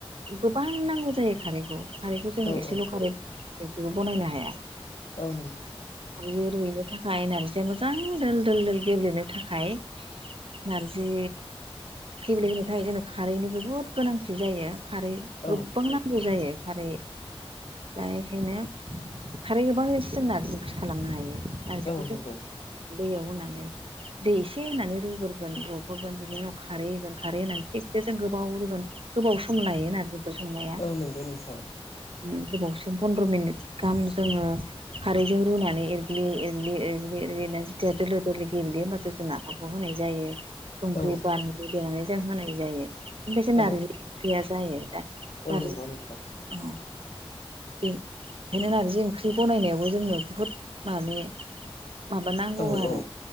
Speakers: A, on the right; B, on the left.
A: गोबां नांगौ जायो खारैखौ खारैखौ जों
B: औ
A: एसेल'
B: औ
A: खारै बेखौबो बनायनो हाया।
B: औ नंगौ।
A: बिदिनो रुइनो थाखाय नारजिया मोजां दोल दोल दोल गेब्लेनो थाखाय नारजि गेब्ले होनो थाखाय जोंनो खारैनि बुहुद गोनांथि जायो खारै
B: औ
A: गोब्बां नांगौ जायो खारै दा एखायनो खारै गोबांजोंसो नारजि ओंख्रि खालामनो हायो नारजिखौ
B: औ नंगौ
A: जों दैयाव होनानै दै इसे होनानै रुग्रोगोन रबहोगोन बिनि उनाव खारै होगोन खारै होनानै थिखसे जों गोबाव रुगोन गोबाव सम लायोना बेखौ संनाया
B: औ नंगौ नोंथां
A: बिदिनो गोबाव सम पन्द्र' मिनिट गाहाम जोङो खारैजों रुनानै एरग्लि एरग्लि एरग्लि एरग्लिनानै जेथिया दोलो दोलो गेब्लेयो होमबाथाय जोंना जब' होनाय जायो। संख्रि,
B: औ
A: बानलु देनानै जों होनाय जायो ओमफ्रायसो नारजि
B: औ
A: ओंख्रिया जायो। दा
B: औ
A: नारजि
B: नोंगौ नोंथां।
A: अ बे ओंखायनो नारजि ओंख्रि बनायनायावबो जोंनो बुहुद माने माबा नांगौ
B: औ
A: आरो
B: औ